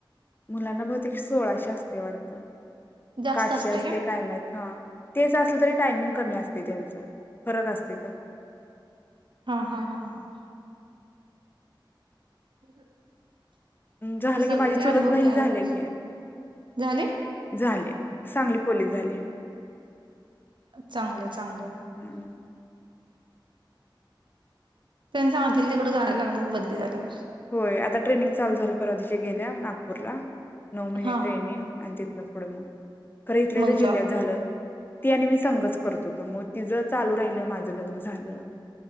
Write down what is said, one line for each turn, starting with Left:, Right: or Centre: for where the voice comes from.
Left: मुलांना बहुतेक सोळाशे असतयं वाटतं.
Right: जास्त
Left: का आठशे
Right: असते
Left: असतय
Right: का
Left: काय माहित हां तेचअसलं तरी टायमिंग कमी असतयं त्यांचं. फरक असतय त्यात.
Right: हां हां हां हां. <inaudible>
Left: झालं
Right: सगळे
Left: की माझी चुलच
Right: अनुभव
Left: बहीण
Right: घ्यायला
Left: झाली
Right: पाहिजे
Left: की.
Right: झाले
Left: झाले सांगली पोलीस झाले.
Right: चांगलं चांगलं.
Left: हम्म.
Right: त्यांनी सांगतील तिकड जायला लागणार बदली झाल्यावर.
Left: होय आता ट्रेनिंग चालू झालं परवा दिशी गेल्या नागपूरला. नऊ महिने
Right: हा
Left: ट्रेनिंग आणिि नपड म खरं इथलं इथ
Right: मग
Left: जिल्ह्यात
Right: जॉब
Left: झालं. ती आणि मी संघच करतोतो मग तिझं चालू राहिलं माझं लग्न झालं.